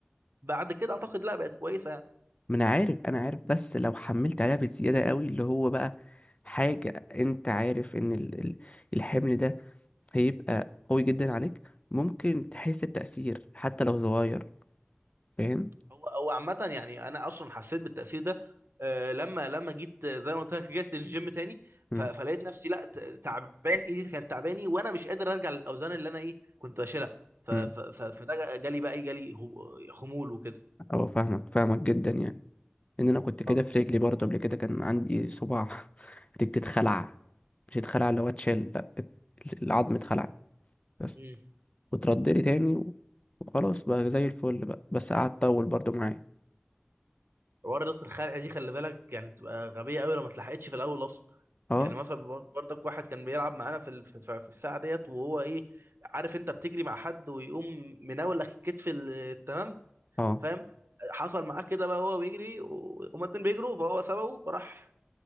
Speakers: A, on the right; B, on the left.
A: بعد كده اعتقد لا بقت كويسه يعني.
B: ما انا عارف انا عارف بس لو حملت عليها بالزياده قوي اللي هو بقى حاجه انت عارف ان ال- ال- الحمل ده هيبقى قوي جدا عليك ممكن تحس بتأثير حتى لو صغير فاهم
A: هو هو عامة يعني أنا أصلا حسيت بالتأثير ده آه، لما لما جيت آه، زي ما قلت لك رجعت للجيم تاني
B: امم
A: ف- فلقيت نفسي لا ت- تعبان إيدي كانت تعباني وأنا مش قادر أرجع للأوزان اللي أنا إيه كنت بشيلها ف-
B: امم
A: ف- ف- فده جالي بقى إيه جالي هو- خمول وكده
B: اه فاهمك فاهمك جدا يعني ان انا كنت كده
A: اه
B: في رجلي برضه قبل كده كان عندي صباع <laughs> رجلي اتخلع
A: مم.
B: مش اتخلع اللي هو اتشال لا ات- العظم اتخلع بس
A: امم
B: وترد لي تاني و- وخلاص بقى زي الفل بقى بس قعد طول برضه معايا
A: حوار رياضة الخلع دي خلي بالك يعني بتبقى غبية قوي لو ما اتلحقتش في الأول أصلا
B: اه
A: يعني مثلا بر- برضك واحد كان بيلعب معانا في ال- في في- في الساعة ديت وهو إيه عارف أنت بتجري مع حد ويقوم مناول لك الكتف ال- تمام
B: اه
A: فاهم حصل معاه كده بقى وهو بيجري و- هما الاتنين بيجروا فهو سبقه فراح